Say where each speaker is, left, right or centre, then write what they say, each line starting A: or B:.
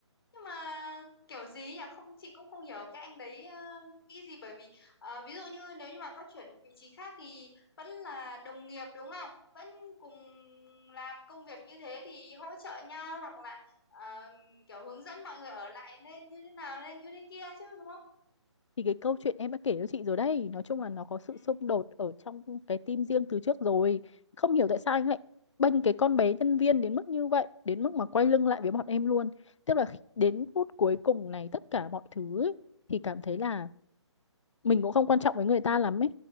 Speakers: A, on the left; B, on the left.
A: nhưng mà kiểu gì nhỉ không chị cũng không hiểu cái anh đấy ờ, nghĩ gì bởi vì ờ, ví dụ như nếu như mà có chuyển vị trí khác thì vẫn là đồng nghiệp đúng không vẫn cùng làm công việc như thế thì hỗ trợ nhau hoặc là ờ, kiểu hướng dẫn mọi người ở lại nên như thế nào nên như thế kia chứ đúng không
B: thì cái câu chuyện em đã kể cho chị rồi đây nói chung là nó có sự
A: ừ
B: xung đột ở trong cái team riêng từ trước rồi không hiểu tại sao
A: ừ
B: anh lại bênh cái con bé nhân viên đến mức như vậy đến mức mà quay lưng lại
A: ờ
B: với bọn em luôn tức là khi- đến phút cuối cùng này tất cả mọi thứ ấy, thì cảm thấy là
A: ừ
B: mình cũng không quan trọng với người ta lắm ấy